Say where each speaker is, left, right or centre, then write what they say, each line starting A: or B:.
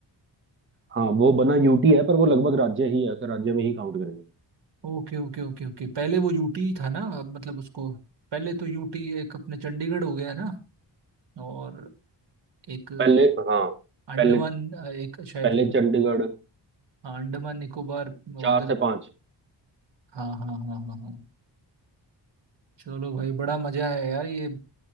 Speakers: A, on the right (about 25°); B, on the right (about 70°).
A: हाँ वो बना यूटी है पर वो लगभग राज्य ही है उसे राज्य में ही काउंट करेंगे
B: ओके ओके ओके ओके पहले वो यूटी था ना अब मतलब उसको पहले तो यूटी एक अपने चंडीगढ़ हो गया ना और एक
A: पहले हाँ
B: अंडमान
A: पहले
B: एक शायद
A: पहले चंडीगढ़
B: हाँ, अंडमान निकोबार
A: चार
B: उधर
A: से पांच
B: हाँ हाँ हाँ हाँ हाँ चलो भाई बड़ा मजा है यार ये